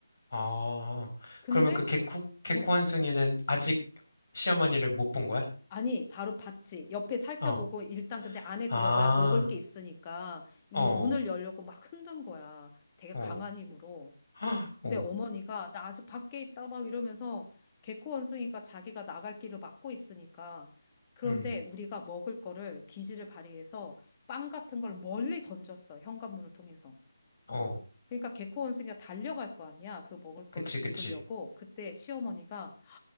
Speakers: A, on the left; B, on the left.
A: 아,
B: 근데,
A: 그러면 그 개코, 개코
B: 어,
A: 한승이는 아직 시어머니를 못 본 거야?
B: 아니, 바로 봤지. 옆에 살펴보고
A: 어,
B: 일단 근데 안에
A: 아,
B: 들어가야 먹을 게 있으니까 이
A: 어,
B: 문을 열려고 막 흔든 거야. 되게
A: 어,
B: 강한 힘으로.
A: 헉,
B: 근데
A: 어,
B: 어머니가 나 아직 밖에 있다 막 이러면서 개코 원숭이가 자기가 나갈 길을 막고 있으니까 그런데
A: 음,
B: 우리가 먹을 거를 기지를 발휘해서 빵 같은 걸 멀리 던졌어. 현관문을 통해서.
A: 어.
B: 그러니까 개코 원숭이가 달려갈 거 아니야. 그 먹을
A: 그치,
B: 거를 집으려고.
A: 그치.
B: 그때 시어머니가